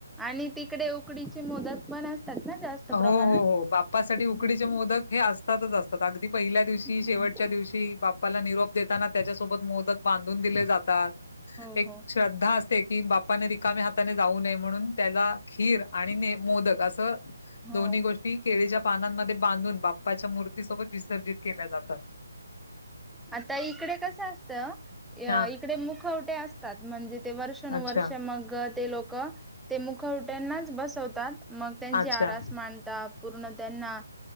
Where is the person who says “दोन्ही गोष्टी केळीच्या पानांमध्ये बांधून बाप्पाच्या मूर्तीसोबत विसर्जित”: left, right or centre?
Left